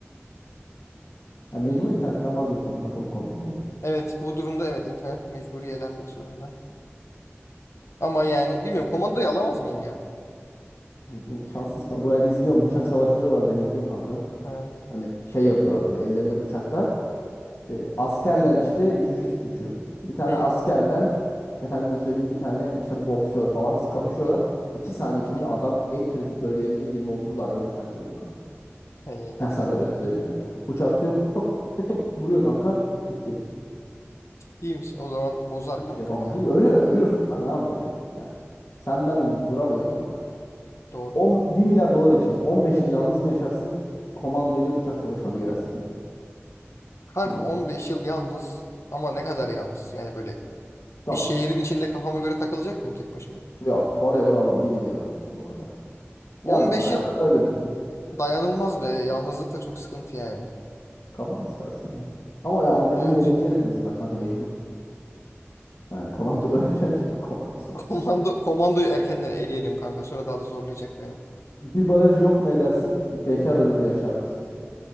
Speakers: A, on the left; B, on the left.
A: Ya mecbur internetten vazgeçiyorsun kanka bu konu burada.
B: Evet bu durumda evet internet mecburi elenmek zorunda. Ama yani bilmiyorum komandayı alamaz mıyım ya?
A: İmkansız kanka ben izliyorum. Bıçak savaşları var ben izliyorum kanka.
B: Ha.
A: Hani şey yapıyorlar böyle ellerinde bıçaklar. E, askerlen işte jujitsucu. Bir tane
B: Hı.
A: askerlen efendime söyleyeyim bir tane işte boksör falan kapışıyorlar. İki saniye içinde
B: Hı.
A: adam en kritik bölgelerinde 20-30 darbe bıçak yiyor kanka. <laughs>
B: He.
A: Ben sana öyle söyleyeyim ya. Bıçağı tutuyor. Tık tık tık tık vuruyor kanka. Gitti.
B: İyiymiş. O zaman bozar
A: Hiçbir
B: kanka
A: şey yapamam.
B: ya.
A: Hiç, ölüyor, ölürsün kanka ne yapacaksın yani. Sen ben vuramayız onlara.
B: Doğru.
A: 10, 1 milyar dolar için 15 yıl yalnız mı yaşarsın? Komando ile bıçak savaşına mı girersin peki?
B: Kanka
A: Yine.
B: on beş yıl yalnız ama ne kadar yalnız. Yani böyle
A: Çok.
B: bir şehrin içinde kafama göre takılacak mıyım tek başıma?
A: Yok. Forever alone. Bilmiyorum. O kadar.
B: on
A: Yalnız.
B: beş
A: ha,
B: yıl
A: ö- Öyle düşün.
B: dayanılmaz be. Yalnızlık da çok sıkıntı yani.
A: Kafanı sıkarsın ya. Ama ya onu,
B: Evet.
A: onu deneyeceksin en azından kanka mecbur. Yani komando <laughs> öleceksin çünkü komando savaşında.
B: <laughs> Komando, komandoyu erkenden eleyelim kanka. Sonra daha da zorlayacak beni.
A: Bir baraj yok mu edersin? Bekar ölür yaşar mısın?